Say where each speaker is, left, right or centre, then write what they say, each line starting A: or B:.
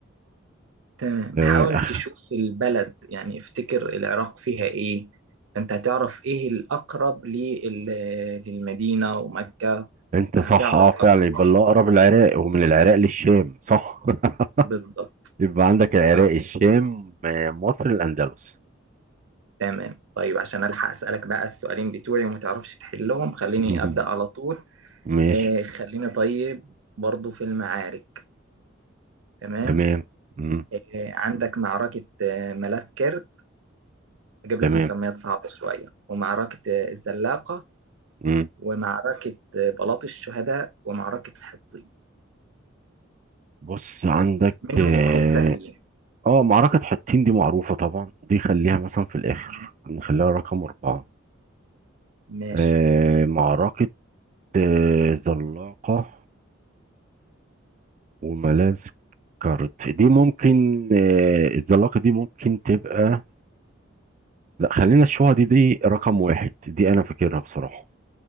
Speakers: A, on the right; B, on the right.
A: تمام
B: آه،
A: حاول
B: أخ
A: تشوف البلد يعني افتكر العراق فيها ايه انت هتعرف ايه الاقرب لل- للمدينة ومكة
B: انت
A: هتعرف
B: صح اه فعلا
A: اكتر
B: يبقى اللي اقرب العراق ومن العراق للشام صح
A: بالظبط
B: <laughs> يبقى عندك العراق
A: اه
B: الشام آه، مصر الاندلس
A: تمام طيب عشان الحق اسالك بقى السؤالين بتوعي وما تعرفش تحلهم خليني
B: <laughs>
A: ابدا على طول
B: ماشي
A: آه خليني طيب برضو في المعارك تمام
B: تمام مم.
A: آه عندك معركة آه ملاذ كرد اجيب
B: تمام
A: لك مسميات صعبة شوية ومعركة آه الزلاقة
B: مم.
A: ومعركة آه بلاط الشهداء ومعركة حطين
B: بص عندك
A: منهم
B: اه
A: اتنين سهلين
B: آه، معركة حطين دي معروفة طبعا دي خليها مثلا في الآخر
A: تمام.
B: نخليها رقم أربعة
A: ماشي
B: آه معركة آه زلاقة وملاذ كارد دي ممكن آه الزلاقة دي ممكن تبقى لا خلينا الشوعة دي دي رقم واحد دي أنا فاكرها بصراحة